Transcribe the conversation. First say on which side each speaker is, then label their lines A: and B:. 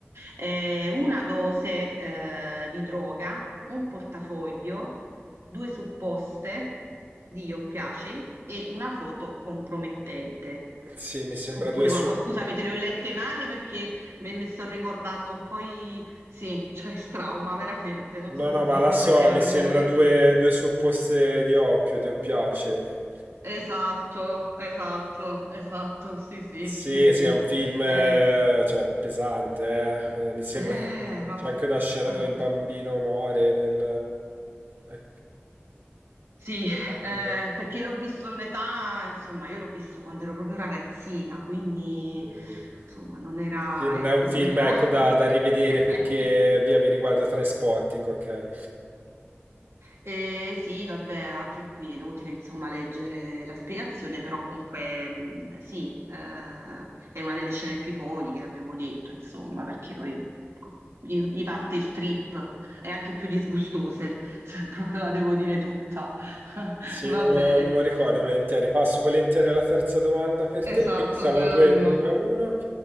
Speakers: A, on the right; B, on the right.
A: Eh, una dose, eh, di droga, un portafoglio due supposte di io piaci e una foto compromettente.
B: Sì, mi sembra
A: Oppure
B: due su...
A: una foto, scusami, te le ho lette male perché me- mi sto ricordando un po' i... Sì, cioè il trauma, veramente. Non so
B: No,
A: se
B: no, ma
A: sono
B: la
A: stata
B: so,
A: chiara
B: mi sembra
A: nella lettura.
B: due, due supposte di oppio, di oppiace.
A: Esatto, esatto, esatto, sì, sì,
B: Sì,
A: sì, sì.
B: sì, è un film, eh,
A: Eh,
B: cioè, pesante, eh. Eh, mi sembra
A: eh,
B: che che
A: ma...
B: c'è anche una scena
A: ah,
B: dove
A: scusa.
B: il bambino muore nel... eh, eh,
A: Sì,
B: nella-
A: eh,
B: nel-
A: perché l'ho visto un'età, insomma, io l'ho visto quando ero proprio ragazzina, quindi
B: Mm, mm.
A: insomma non era,
B: Sì, non
A: ecco,
B: è un film,
A: non era...
B: ecco, da, da rivedere perché,
A: <laughs>
B: via, mi riguarda Trainspotting, ok.
A: Eh, sì, vabbè, anche qui è inutile insomma leggere la spiegazione, però comunque mh, sì, eh, è una delle scene più iconiche, l'abbiamo detto, insomma, perché poi co- gli gli parte il trip, è anche più disgustose, <laughs> se proprio la devo dire tutta. <laughs>
B: Sì,
A: Va
B: non lo,
A: bene,
B: non lo ricordo volentieri. Passo volentieri alla terza domanda per
A: esatto,
B: te. Quindi siamo
A: 2
B: 2
A: a 1.
B: a 1.